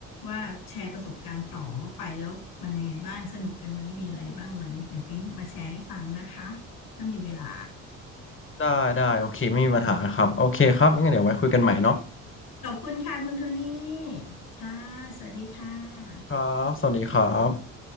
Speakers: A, on the left; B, on the left.
A: ว่าแชร์ประสบการณ์ต่อว่าไปแล้วมันยังไงบ้างสนุกกันไหมมีอะไรบ้างไหมเดี๋ยวปิ๊งมาแชร์ให้ฟังนะคะถ้ามีเวลา
B: ได้ได้โอเคไม่มีปัญหาครับโอเคครับงั้นเดี๋ยวไว้คุยกันใหม่เนาะ
A: โอเคขอบคุณค่ะคุณโทนี่ค่ะสวัสดีค่ะ
B: ครับสวัสดีครับ